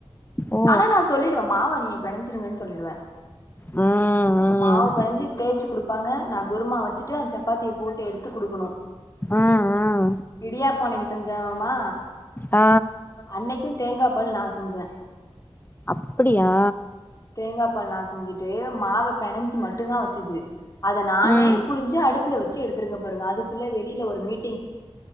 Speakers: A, on the left; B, on the left.
A: ஓ
B: ஆனா நா சொல்லிடுவே மாவ நீங்க பெணைஞ்சிருங்கன் சொல்லிடுவே
A: ம் ம்
B: மாவு பெணஞ்சி தேச்சு குடுப்பாங்க நா குருமா வச்சுட்டு அந்த சப்பாத்திய போட்டு எடுத்து குடுக்குணு
A: அ அ
B: இடியாப்போ அன்னிக்கு செஞ்சோமா
A: ஆ
B: அன்னைக்கு தேங்கா பால் நா செஞ்சே
A: அப்டியா
B: தேங்கா பால் நா செஞ்சுட்டு மாவ பெனஞ்சு மட்டுதா வச்சுது அத நானே
A: ம்
B: புலிஞ்சு அடுப்புல வச்சு எடுத்திருக்க பாருங்க அதுக்குள்ள வெளில ஒரு மீட்